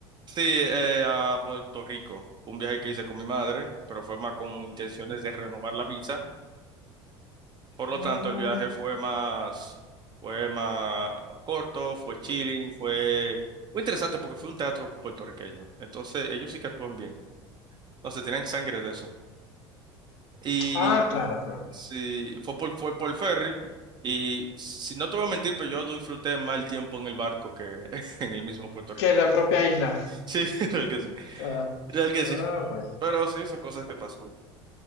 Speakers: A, on the right (about 30°); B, on the left (about 65°).
A: Sí, eh, a Puerto Rico. Fue Un viaje que hice con mi madre, pero fue más con intenciones de renovar la visa. Por lo
B: Mm,
A: tanto, el viaje fue más, fue más corto, fue chilling, fue, fue interesante porque fue un teatro puertorriqueño. Entonces, ellos sí que actúan bien. No se tienen sangre de eso. Y
B: Ah, claro, claro.
A: sí, fue por, fue por ferry. Y si no te voy a mentir, pero yo disfruté más el tiempo en el barco que <laughs> en el mismo Puerto Rico.
B: Que la propia isla.
A: Sí, <laughs> real que sí.
B: Claro.
A: Real que
B: Ah,
A: sí.
B: bueno.
A: Pero sí, son cosas que pasan.